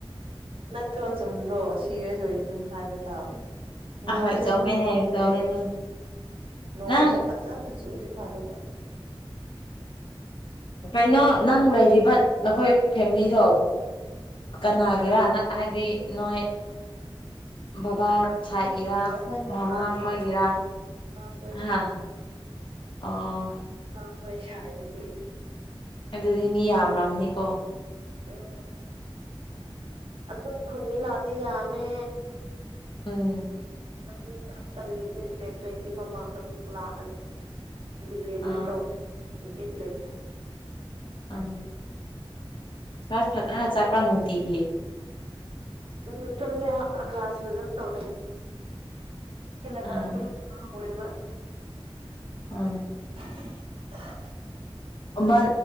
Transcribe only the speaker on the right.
ꯅꯠꯇ꯭ꯔꯣ ꯆꯨꯝꯗ꯭ꯔꯣ ꯁꯤꯔꯤꯌꯁ ꯑꯣꯏꯔꯗꯤ ꯑꯗꯨꯝ ꯍꯥꯏꯕ ꯇꯥꯕꯅꯦ ꯅꯣꯡꯁꯦ
ꯑꯃꯨꯛ ꯃꯝꯃꯦ
ꯅꯣꯡꯁꯦ
ꯐꯖꯅ ꯆꯨꯔꯗꯤ ꯐꯗꯧꯕ
ꯎꯝ
ꯑꯩꯈꯣꯏ ꯃꯃꯥꯒꯤ
ꯃꯈꯣꯏ
ꯈꯣꯏ ꯁꯋꯥꯥꯏꯗꯒꯤ
ꯎꯝ ꯑꯗꯨꯝ ꯈꯨꯟꯒꯤ ꯂꯥꯛꯑꯗꯤ ꯌꯥꯝꯃꯦ
ꯑꯗꯨꯅꯦ ꯑꯩ ꯇꯜꯂꯤꯁꯦ ꯗꯦꯠ ꯇ꯭ꯋꯦꯟꯇꯤ ꯃꯃꯥꯡꯗ ꯑꯃꯨꯛ ꯂꯥꯛꯑꯅꯤ ꯗꯤꯂꯤꯚꯔꯤ
ꯇꯧꯕ ꯕꯤꯠ ꯂꯩꯇꯦ
ꯎꯝ ꯆꯠꯂꯦ ꯀ꯭ꯂꯥꯁ ꯐꯖꯅ ꯇꯧꯗꯦ ꯁꯦꯂꯦꯕꯁꯁꯨ
ꯂꯣꯏꯔꯦꯕ
<unintelligible>